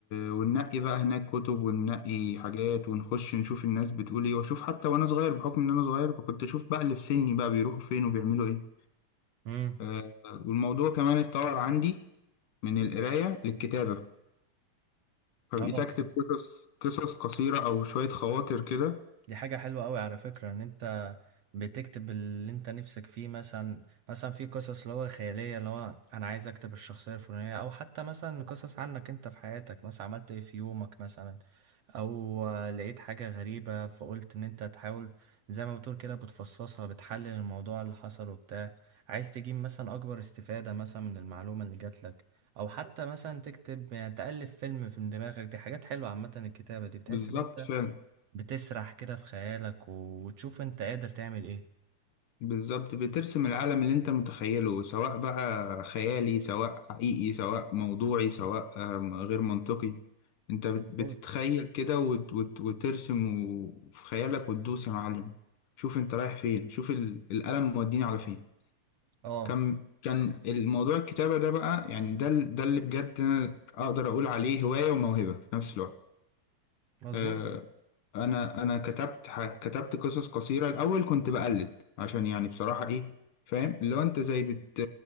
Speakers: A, on the left; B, on the right.
A: وننقي بقى هناك كتب وننقي حاجات ونخش نشوف الناس بتقول ايه واشوف حتى وانا صغير بحكم ان انا صغير فكنت اشوف بقى اللي في سني بقى بيروحوا فين وبيعملوا ايه
B: امم
A: آه، والموضوع كمان اتطور عندي من القراية للكتابة فبقيت
B: اه
A: أكتب قصص قصص قصيرة أو شوية خواطر كده
B: دي حاجة حلوة قوي على فكرة ان انت بتكتب اللي انت نفسك فيه مثلا مثلا في قصص اللي هو خيالية اللي هو انا عايز اكتب الشخصية الفلانية او حتى مثلا قصص عنك انت في حياتك مثلا عملت ايه في يومك مثلا او لقيت حاجة غريبة فقلت ان انت تحاول زي ما بتقول كده بتفصصها بتحلل الموضوع اللي حصل وبتاع عايز تجيب مثلا اكبر استفادة مثلا من المعلومة اللي جات لك او حتى مثلا تكتب يعني تألف فيلم في دماغك دي حاجات حلوة عامة الكتابة دي بتحس
A: بالظبط
B: ان انت
A: فعلا
B: بتسرح كده في خيالك و- وتشوف انت قادر تعمل ايه
A: بالظبط بترسم العالم اللي أنت متخيله سواء بقى خيالي سواء حقيقي سواء موضوعي سواء آم، غير منطقي أنت بت-
B: مظبوط
A: بتتخيل كده وت- وت- وترسم و- في خيالك وتدوس يا معلم شوف أنت رايح فين شوف ال- القلم موديني على فين
B: اه
A: كان كان الموضوع الكتابة ده بقى يعني ده ال- ده اللي بجد أنا أقدر أقول عليه هواية وموهبة في نفس الوقت
B: مظبوط
A: آه، أنا أنا كتبت ح- كتبت قصص قصيرة الأول كنت بقلد عشان يعني بصراحة إيه فاهم لو أنت زي بت